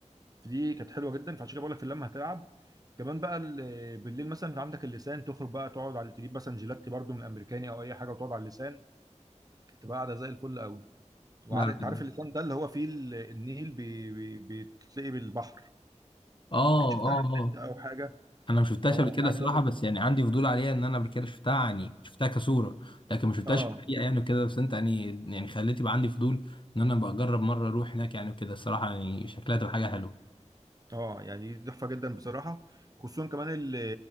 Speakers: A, on the right; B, on the left.
A: فدي كانت حلوه جدا فعشان كده بقول لك في اللمه هتلعب كمان بقى ال- بالليل مثلا انت عندك اللسان تخرج بقى تقعد على تجيب مثلا جيلاتي برضو من الامريكاني او اي حاجه وتقعد على اللسان تبقى قاعده زي الفل قوي وعارف
B: لا لا
A: انت
B: لا
A: عارف اللسان ده اللي هو فيه ال- النيل بي... بي... بتلاقي بالبحر
B: اه
A: اكيد شفتها
B: اه
A: على
B: اه
A: النت او حاجه
B: انا ما شفتهاش
A: اه
B: قبل كده
A: انا عايز
B: صراحه
A: اقول لك
B: بس يعني عندي فضول عليها ان انا قبل كده شفتها يعني شفتها كصوره لكن ما شفتهاش
A: اه
B: في الحقيقه يعني وكده بس انت يعني يعني خليت يبقى عندي فضول ان انا بقى اجرب مره اروح هناك يعني وكده الصراحه يعني شكلها تبقى حاجه حلوه
A: اه يعني دي تحفه جدا بصراحه خصوصا كمان ال-